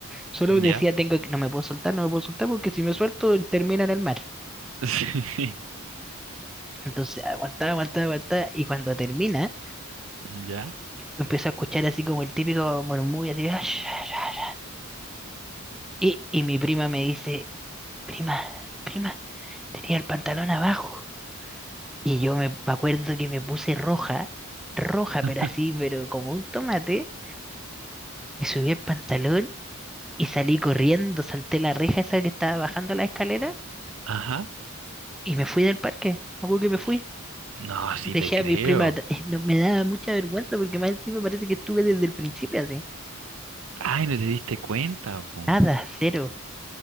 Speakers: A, in the centre; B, on the right.
A: Solo
B: ¿Ya?
A: decía, tengo que, no me puedo soltar, no me puedo soltar porque si me suelto termina en el mar.
B: <laughs> Sí,
A: Entonces aguantaba, aguantaba, aguantaba y cuando termina,
B: ¿ya?
A: empiezo a escuchar así como el típico murmullo así, "Ash, ash, ash", Y, y mi prima me dice, prima, prima, tenía el pantalón abajo. Y yo me, me acuerdo que me puse roja, roja,
B: <laughs>
A: pero así, pero como un tomate. Me subí el pantalón y salí corriendo, salté la reja esa que estaba bajando la escalera
B: Ajá.
A: y me fui del parque. Me acuerdo que me fui.
B: Y- No, sí
A: Dejé
B: te creo.
A: a mis primas, t- <laughs> no, me daba mucha vergüenza porque más encima parece que estuve desde el principio así.
B: Ay, no te diste cuenta, po.
A: Nada, cero.